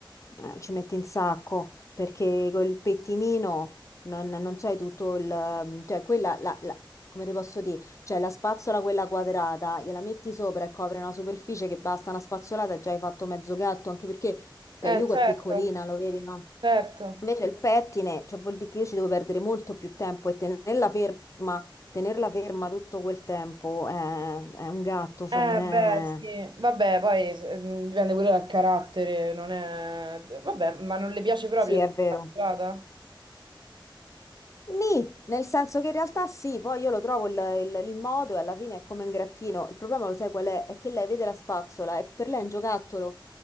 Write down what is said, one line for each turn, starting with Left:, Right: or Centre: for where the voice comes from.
Left: Eh, ci metti un sacco perché col pettinino non, non c'hai tutto il... mm, cioè quella, la- la- come ti posso dire, cioè la spazzola quella quadrata, gliela metti sopra e copre una superficie che basta una spazzolata e già hai fatto mezzo gatto, anche perché cioè,
Right: eh,
Left: Yuko
Right: certo,
Left: è piccolina, lo vedi, no?
Right: certo.
Left: Invece il pettine, cioè vuol dire che io ci devo perdere molto più tempo e tenerla ferma, tenerla ferma tutto quel tempo è, è un gatto, cioè
Right: Eh,
Left: non
Right: beh,
Left: è...
Right: sì, vabbè, poi s- mm, dipende pure dal carattere, non è... d- Vabbè, ma non le piace proprio
Left: Sì,
Right: essere
Left: è vero.
Right: incastrata?
Left: Nì, nel senso che in realtà sì, poi io lo trovo il, il- il modo e alla fine è come un grattino. Il problema lo sai qual è? È che lei vede la spazzola e per lei è un giocattolo.